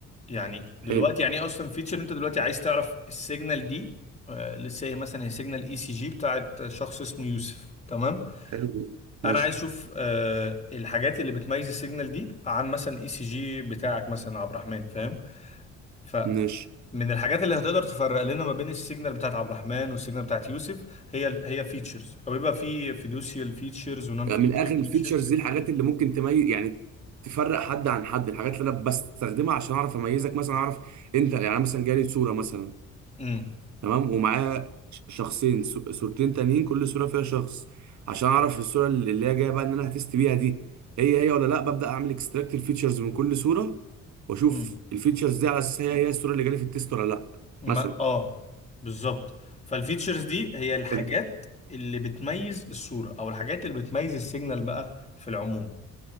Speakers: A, on the left (about 20°); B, on the right (about 70°).
A: يعني دلوقتي
B: حلو
A: يعني ايه اصلا فيتشر انت دلوقتي عايز تعرف السيجنال دي آه، لسه هي مثلا هي سيجنال اي سي جي بتاعت شخص اسمه يوسف تمام
B: حلو جدا
A: انا
B: ماشي
A: عايز اشوف آه، الحاجات اللي بتميز السيجنال دي عن مثلا اي سي جي بتاعك مثلا عبد الرحمن فاهم ف
B: ماشي
A: من الحاجات اللي هتقدر تفرق لنا ما بين السيجنال بتاعت عبد الرحمن والسيجنال بتاعت يوسف هي ال- هي فيتشرز او يبقى في فيدوشيال فيتشرز ونون
B: يعني
A: فيدوشيال
B: من اخر الفيتشرز
A: فيتشرز
B: دي الحاجات اللي ممكن تميز يعني تفرق حد عن حد الحاجات اللي انا بستخدمها عشان اعرف اميزك مثلا اعرف انت يعني أنا مثلا جالي صوره مثلا
A: امم
B: تمام ومعاه ش- شخصين س- صورتين تانيين كل صورة فيها شخص عشان اعرف
A: امم
B: الصورة اللي اللي هي جاية بقى ان انا هتست بيها دي هي هي ولا لا ببدأ اعمل اكستراكت الفيتشرز من كل صورة واشوف
A: أمم.
B: الفيتشرز دي على اساس هي هي الصورة اللي جالي في التيست ولا لا
A: ما
B: مثلا
A: اه بالظبط فالفيتشرز دي هي الحاجات
B: فهمت
A: اللي بتميز الصورة او الحاجات اللي بتميز السيجنال بقى في العموم